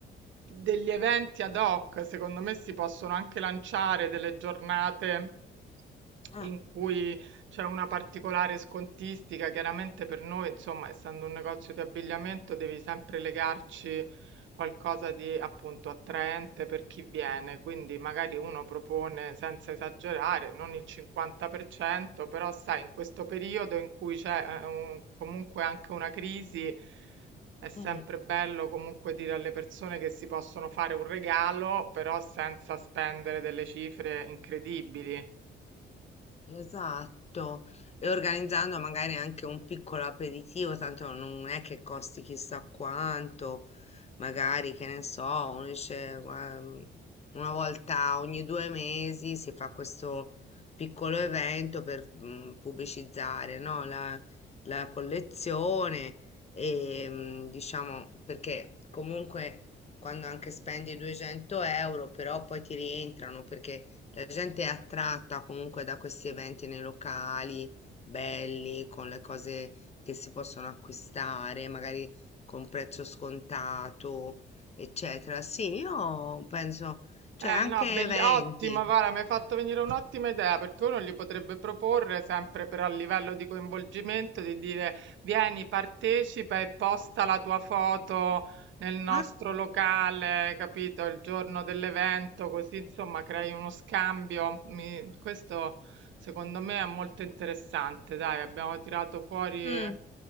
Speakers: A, on the right (about 70°); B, on the left (about 35°).
A: degli eventi ad hoc. Secondo me si possono anche lanciare delle giornate
B: eh,
A: in cui c'è una particolare scontistica. Chiaramente per noi, insomma, essendo un negozio di abbigliamento, devi sempre legarci qualcosa di appunto attraente per chi viene, quindi magari uno propone senza esagerare, non il 50%, però sai, in questo periodo in cui c'è eh, un- comunque anche una crisi, è sempre
B: mm.
A: bello comunque dire alle persone che si possono fare un regalo, però senza spendere delle cifre incredibili.
B: Esatto, e organizzando magari anche un piccolo aperitivo, tanto non è che costi chissà quanto, magari che ne so, uno dice, "Gua- mm, una volta ogni due mesi si fa questo piccolo evento per mm, pubblicizzare, no, la, la collezione e mm, diciamo perché comunque quando anche spendi 200 euro però poi ti rientrano perché la gente è attratta comunque da questi eventi nei locali belli, con le cose che si possono acquistare, magari con prezzo scontato, eccetera. Sì, io penso, cioè
A: Eh
B: anche
A: no, belli-
B: eventi.
A: ottimo, guarda, mi hai fatto venire un'ottima idea perché uno gli potrebbe proporre sempre però a livello di coinvolgimento di dire vieni, partecipa e posta la tua foto nel nostro
B: eh?
A: locale, capito, il giorno dell'evento, così insomma crei uno scambio. Mi- questo secondo me è molto interessante, dai, abbiamo tirato fuori
B: Mm,